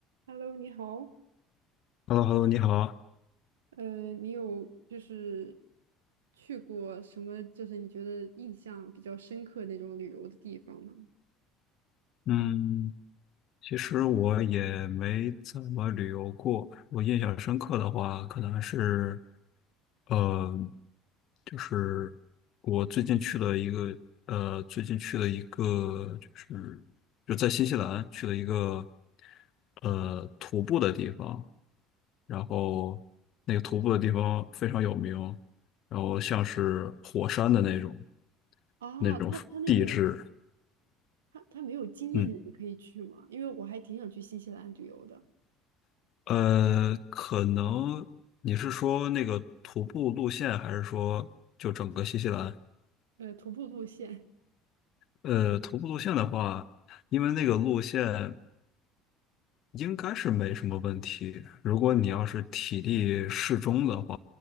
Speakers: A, on the right; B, on the left.
A: Hello，你好。
B: h e l l o h e l l o 你好。
A: 呃，你有就是去过什么，就是你觉得印象比较深刻那种旅游的地方吗？
B: 嗯，其实我也没怎么旅游过。我印象深刻的话，可能是，呃，就是我最近去了一个，呃，最近去了一个，就是就在新西兰去了一个，呃，徒步的地方。然后那个徒步的地方非常有名，然后像是火山的那种
A: 啊，
B: 那种地质。
A: 他他那个他他没有经验的人可以去吗？
B: 嗯。
A: 因为我还挺想去新西兰旅游的。
B: 呃，可能你是说那个徒步路线，还是说就整个新西兰？
A: 呃，徒步路线
B: 呃，徒步路线的话，因为那个路线应该是没什么问题。如果你要是体力适中的话，